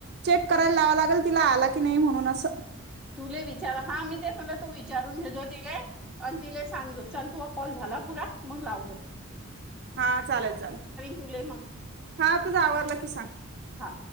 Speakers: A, on the right; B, in the centre.
A: चेक करायला लावा लागेल तिला आला की नाही म्हणून अस
B: तुला विचार हा मी ते स म्ह तू विचारून घेतजो तिले आणि तिला सांगतो चल तू कॉल झाला पुरा मग लाव जा
A: हा चालेल चालेल
B: तुले मग
A: हा तुझ आवडलं की सांग
B: हा